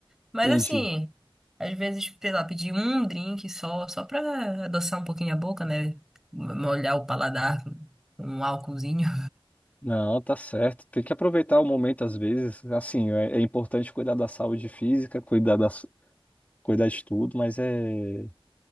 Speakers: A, in the centre; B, on the left.
A: Mas,
B: entendi.
A: assim, às vezes, sei lá, pedir um drink só, só pra adoçar um pouquinho a boca, né? Molhar o paladar com um álcoolzinho.
B: Não, tá certo. Tem que aproveitar o momento às vezes. Assim, é, é importante cuidar da saúde física, cuidar da, cuidar de tudo, mas é